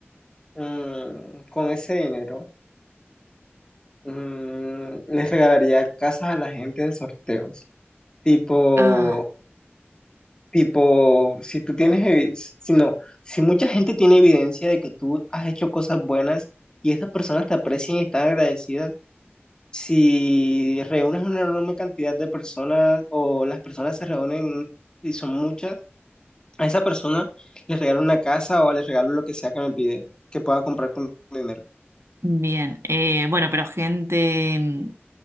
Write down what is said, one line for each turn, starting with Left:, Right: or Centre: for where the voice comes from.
Left: Mm, con ese dinero, mm, les regalaría casas a la gente en sorteos. Tipo,
Right: Ah.
Left: tipo, si tú tienes, evi- si no, si mucha gente tiene evidencia de que tú has hecho cosas buenas y estas personas te aprecian y están agradecidas, Si reúnes una enorme cantidad de personas o las personas se reúnen y son muchas, a esa persona le regalo una casa o le regalo lo que sea que me pide, que pueda comprar con mi dinero.
Right: Bien, eh, bueno, pero gente, mm,